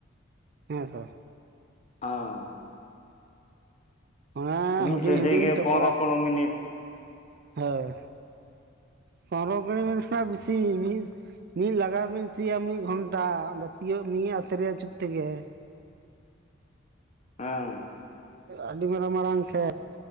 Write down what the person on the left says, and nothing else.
ᱚᱸ
ᱢᱤᱫ
ᱥᱚᱡᱷᱮ
ᱜᱮ
ᱯᱚᱱᱨᱚ ᱠᱩᱲᱤ ᱢᱤᱱᱤᱴ
ᱳ